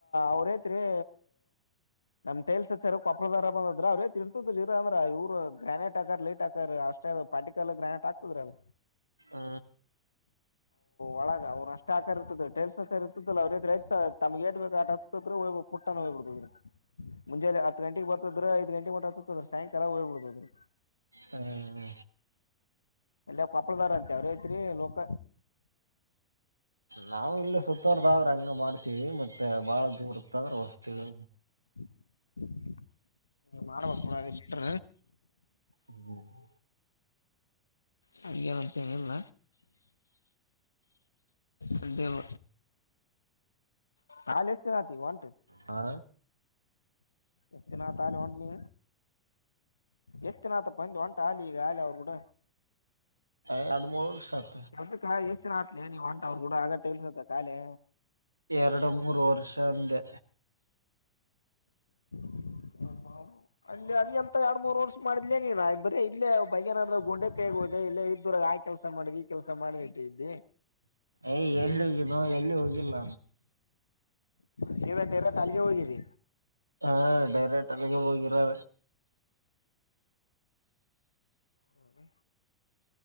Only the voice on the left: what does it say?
ಅವ್ರೆ ತಿರೆ. ನಮ್ ಟೈಲ್ಸ್ ಹಚ್ಚರ ಕೊಪ್ಪಳದರ ಅದಾವ ಆದ್ರ ಅವ್ರೇ ತೀರ್ಸುದ ಇವ್ರ ಅದರ ಇವ್ರ ಗ್ರಾನೇಟ್ ಹಾಕರ ಲೈಟ್ ಹಾಕರ ಅಷ್ಟ ಅಷ್ಟ ಪಾಟಿಕಲ್ ಗ್ರ್ಯಾಂಟ್ ಆಕ್ತದ್ರಲ.
ಒಳಗ ಅವ್ರ ಅಷ್ಟ ಇರ್ತದೆ ಟಲ್ಸ ಇರ್ತದಲ್ಲ ಅವ್ರ ತಮಗೆ ಎಟ್ ಬೇಕಾ ಆಟ ಪುಟ್ಟನ ಹೋಗ್ಬಡತದ ಮುಂಜಾನೆ ಹತ್ತು ಗಂಟೆಗೆ ಬರ್ತದ್ರ ಐದ ಗಂಟೆಗೆ ಹೊರಟಹೋಥದ ಸಾಯಂಕಾಲ ಹೋಗ್ಬ ಬಿಡಬಾವ್ಡು
ಎಲ್ಲ ಕೊಪ್ಪಳದಾರ ಅಂತೆ ಅವ್ರ ಹೆಸರಿ ಲೋಕ
<unintelligible> ನೀ ಮಾಡ್ಬೇಕು ಕೂಡ ಅದ ಬಿಟ್ರ
ಹಂಗೆ ಅಂತೇನಿಲ್ಲ ಹಂಗೆ ಅವ ಹಾಲು ಎಷ್ಟ <unintelligible> ಒಂಟು
ಎಸ್ತಿನನಾಥ್ ಹಾಲ <unintelligible> ನೀ ಎಸ್ತಿನಾಥಪ್ಪಂದು ಹೊಂಟ ಹಾಲ ಈಗ ಹಾಲಿ ಅವರು ಕೂಡ
ಎ ಎಷ್ಟ ದಿನ ಆತಿ ನೀವ ಅಂಟ ಅವ್ರು ಕೂಡ ಆಗ ಇಲ್ಸತ್ತ ಕಾಲೆ
<inaudible> ಅಲ್ಲಿ ಅಲ್ಲಿಂತ ಎರಡ್ ಮೂರ್ ವರ್ಷ ಮಾಡಿದ್ಲೇ ನೀನ್ ಬರೀ ಇಲ್ಲೇ ಭಾಗ್ಯನಾರ್ದ್ಗ ಗುಂಡೆ ಕಾಯಗ ಹೋದೆ ಇ ಇದರಾಗ ಆ ಕೆಲ್ಸ ಮಾಡು ಈ ಕೆಲ್ಸ ಮಾಡದಿಟ್ಟ ಇದ್ದಿ
ಸೀದ ಡೈರೆಕ್ಟ್ ಅಲ್ಲಿಗೆ ಹೋಗಿದಿ
ಹ್ಮ